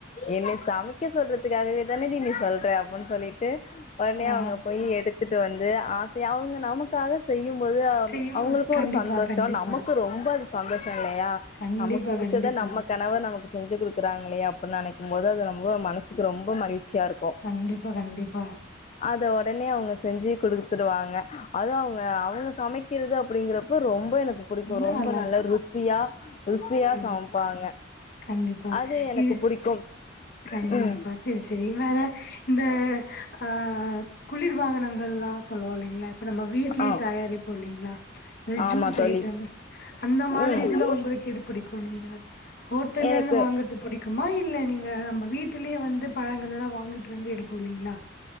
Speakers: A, on the left (about 35°); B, on the left (about 50°).
A: என்னைய சமைக்க சொல்றதுக்காகவேதானடி நீ சொல்ற அப்டின் சொல்லிட் ட்டு உடனே
B: ஆ
A: அவுங்க போய் எடுத்துட்டு வந்து ஆசயா அவுங்க நமக்காக செய்யும்போது
B: செய்யும்போ
A: அவுங்களுக்கு
B: கண்டிப்பா
A: ஒரு சந்தோஷோ
B: கண்டிப்பா
A: நமக்கு ரொம்ப அது சந்தோஷோ இல்லையா
B: கண்டிப்பா
A: நமக்கு புடிச்சத
B: கண்டிப்பா
A: நம்ம கணவர் நமக்கு செஞ்சி குடுக்குறாங்களே அப்டின் நனைக்கும்போது அது ரொம்ப மனசுக்கு ரொம்ப மகிழ்ச்சியா இருக்கு
B: கண்டிப்பா கண்டிப்பா
A: அத உடனே அவுங்க செஞ்சி குடுத்துருவாங்க அதுவு அவுங்க அவுங்க சமைக் பக்கிறது அப்டிங்கறப்போ ரொம்ப எனக்கு பிடிக்கு
B: இன்னு
A: ரொம்ப
B: நல்லா
A: நல்ல
B: இருக்கு
A: ருசி சியா ருசியா
B: கண்
A: சமைப்பாங்க
B: கண்டிப்பா
A: அது எனக்கு
B: இது
A: புடிக்கும்
B: கண்டிப்பா
A: ம்
B: செரி செரி வேற இந்த ஆ குளிர் பாகனங்கள்லா சொல்லுவாங் இல்லிங்ளா இப்ப நம்ம வீட்லயே
A: ஆ
B: தயாரிப்போ இல்லிங்ளா இந்த
A: ஆமா
B: ஜூஸ்
A: தோழி
B: ஐட்டம்ஸ் அந்த மாரி
A: ம்
B: இதுல உங்களுக்கு எது புடிக்கும் நீங்க ஹோட்டல்ல
A: எனக்கு
B: இருந்து வாங்க இது புடிக்குமா இல்ல நீங்க நம்ம வீட்லயே வந்து பழங்கள்லா வாங்கிட்டு வந்து எடுப்போ இல்லிங்களா